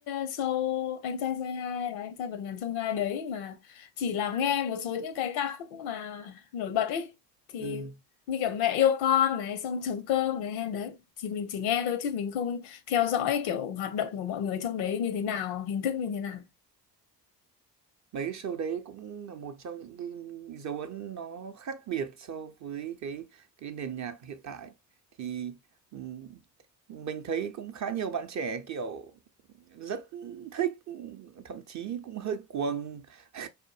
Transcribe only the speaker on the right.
Ừ.
mấy show đấy cũng là một trong những cái dấu ấn nó khác biệt so với cái cái nền nhạc hiện tại thì ừm, mình thấy cũng khá nhiều bạn trẻ kiểu rất thích thậm chí cũng hơi cuồng <laughs>